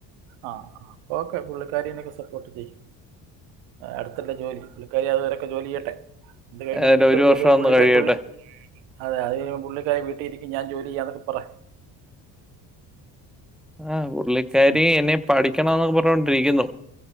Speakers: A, on the right; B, in the centre.
A: ആഹ് അപ്പൊ ഓക്കെ. ക്കെ പുള്ളിക്കാരി ആയിനൊക്കെ സപ്പോർട്ട് ചെയ്യും. അടുത്തല്ലേ ജോലി പുള്ളിക്കാരി അതുവരക്കെ ജോലി ചെയ്യട്ടെ. ഇത് കഴിയുമ്പോ
B: ഏതായാലും
A: നിങ്ങക്കൊരു
B: ഒരു
A: ജോലി
B: വർഷം ഒന്ന്
A: പുള്ളിക്കാരി
B: കഴിയട്ടെ.
A: പുള്ളി അതെ അത് കഴിയുമ്പോ പുള്ളിക്കാരി വീട്ടിരിക്കും ഞാൻ ജോലി ചെയ്യാന്നൊക്കെ പറ.
B: ആഹ് പുള്ളിക്കാരി
A: ഉം.
B: എനി പഠിക്കണോന്നൊക്കെ പറഞ്ഞോണ്ടിരിക്കുന്നു